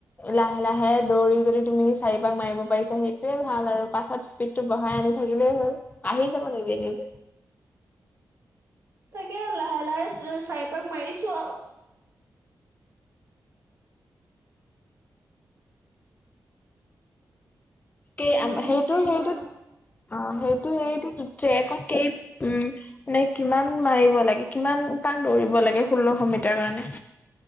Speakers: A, on the left; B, on the right.
A: লাহে লাহে দৌৰি যদি তুমি চাৰিপাক মাৰিব পাৰিছা। সেইটোৱে ভাল আৰু পাছত স্পীডটো বঢ়াই আনি থাকিলেই হল আহি যাব নিজে- নিজে
B: তাকে লাহে লাহে চাই পাক মাৰিছো আৰু
A: কেই,
B: ইমান
A: সেইটো,
B: স্পীড
A: সেইটো,
B: হোৱা নাই
A: অ', সেইটো, হেটোক ট্ৰেকত কেই নে কিমান মাৰিব লাগে কিমান তাক দৌৰিব লাগে ষোল্লশ মিটাৰ কাৰণে?